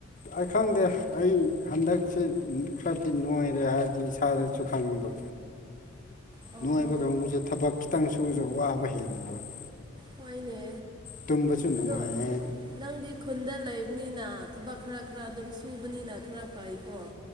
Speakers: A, on the left; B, on the right.
A: ꯑꯩ ꯈꯪꯗꯦ ꯑꯩ ꯍꯟꯗꯛꯁꯦ ꯈ꯭ꯔꯗꯤ ꯅꯣꯏꯔꯦ ꯍꯥꯏꯗꯤ ꯏꯁꯥꯗ ꯁꯨ ꯈꯪꯕ
B: ꯑꯣ
A: ꯅꯣꯏꯕ ꯀꯥꯡꯒꯨꯁꯦ ꯊꯕꯛ ꯈꯤꯇꯪ ꯁꯨꯔꯁꯨ ꯋꯥꯕ ꯍꯦꯜ <unintelligible>
B: ꯍꯣꯏꯅꯦ
A: ꯇꯨꯝꯕꯁꯨ ꯅꯨꯡꯉꯥꯏꯌꯦ
B: ꯑꯗꯣ ꯅꯪꯗꯤ ꯈꯨꯟꯗ ꯂꯩꯕꯅꯤꯅ ꯊꯕꯛ ꯈꯔ ꯈꯔ ꯑꯗꯨꯝ ꯁꯨꯕꯅꯤꯅ ꯈꯔ ꯐꯩꯀꯣ